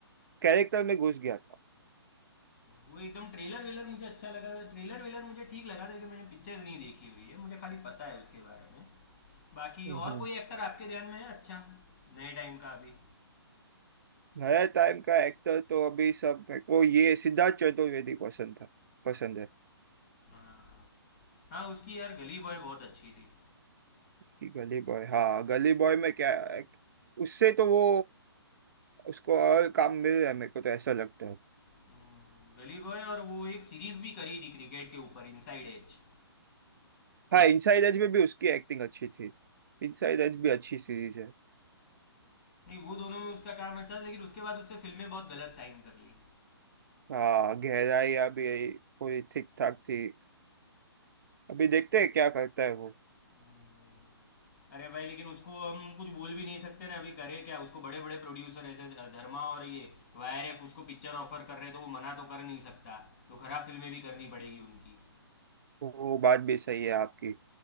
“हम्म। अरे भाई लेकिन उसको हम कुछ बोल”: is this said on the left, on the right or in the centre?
Left